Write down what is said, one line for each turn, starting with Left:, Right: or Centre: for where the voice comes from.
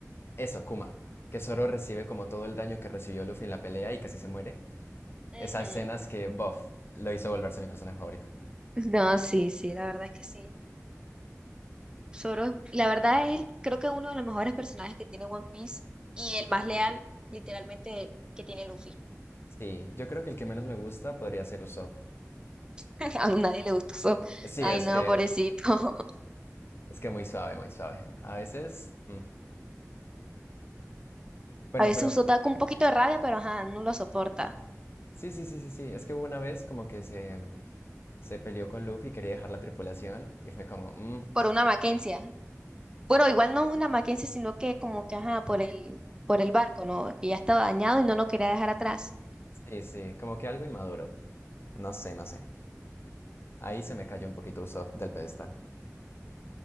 Left: eso, Kuma. Que Zoro recibe como todo el daño que recibió Luffy en la pelea y casi se muere. Esas
Right: Ujú.
Left: escenas que, bof, lo hizo volverse mi personaje favorito.
Right: No, sí, sí, la verdad es que sí. Zoro, es- la verdad es, creo que uno de los mejores personajes que tiene One Piece y el más leal, literalmente, que tiene Luffy.
Left: Sí, yo creo que el que menos me gusta podría ser Usopp.
Right: <laughs> A nadie le gusta Zoro.
Left: Sí,
Right: Ay,
Left: es
Right: no,
Left: que
Right: pobrecito. <laughs>
Left: es que muy suave, muy suave. A veces, mm. Bueno,
Right: A veces
Left: pero
Right: usó da con un poquito de rabia, pero ajá, no lo soporta.
Left: sí, sí, sí, sí, sí. Es que hubo una vez como que se mm, se peleó con Luffy y quería dejar la tripulación y fue como, mm,
Right: Por una Mackenzie. Bueno, igual no es una Mackenzie, sino que como que, ajá, por el, por el barco, ¿no? Que ya estaba dañado y no lo quería dejar atrás.
Left: sí, sí, como que algo inmaduro. No sé, no sé. Ahí se me cayó un poquito Usopp del pedestal.